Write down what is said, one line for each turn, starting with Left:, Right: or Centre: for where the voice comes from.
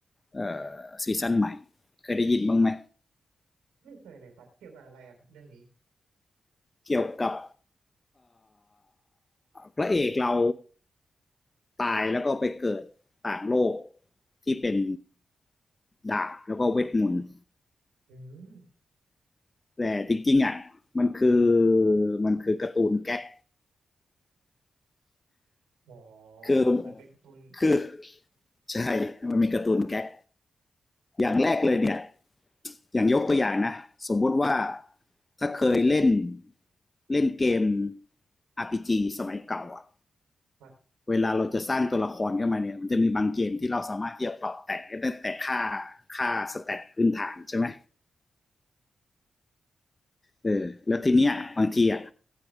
Left: เอ่อซีซั่นใหม่เคยได้ยินบ้างไหม
Right: ไม่เคยเลยครับเกี่ยวกับอะไรอะครับเรื่องนี้
Left: เกี่ยวกับพระเอกเราตายแล้วก็ไปเกิดต่างโลกที่เป็นดาบแล้วก็เวทมนต์
Right: อืม
Left: แต่จริงๆอ่ะมันคือมันคือการ์ตูนแก๊ก
Right: อ๋อ
Left: คือ
Right: เหมือนเป็นการ์ตูน
Left: คือใช่มันมีการ์ตูนแก๊กอย่างแรกเลยเนี่ยอย่างยกตัวอย่างนะสมมติว่าถ้าเคยเล่นเล่นเกม RPG สมัยเก่าอะ
Right: ครับ
Left: เวลาเราจะสร้างตัวละครขึ้นมาเนี่ยมันจะมีบางเกมที่เราสามารถที่จะปรับแต่งได้ตั้งแต่ค่าค่าสแตทพื้นฐานใช่ไหมเออแล้วทีเนี้ยบางทีอ่ะ